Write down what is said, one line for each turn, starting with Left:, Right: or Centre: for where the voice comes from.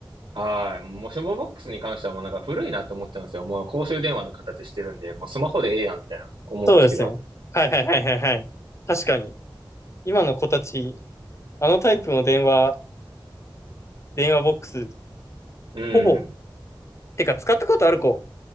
Right: はい。もうスマボックスに関してはもうなんか古いなと思ってたんですよ。もう公衆電話の形してるんで、もうスマホでええやんみたいな思うんですけど。
Left: そうですね。はいはいはいはいはい。確かに。今の子たち、あのタイプの電話、電話ボックス、
Right: うん。
Left: ほぼ、てか使ったことある子、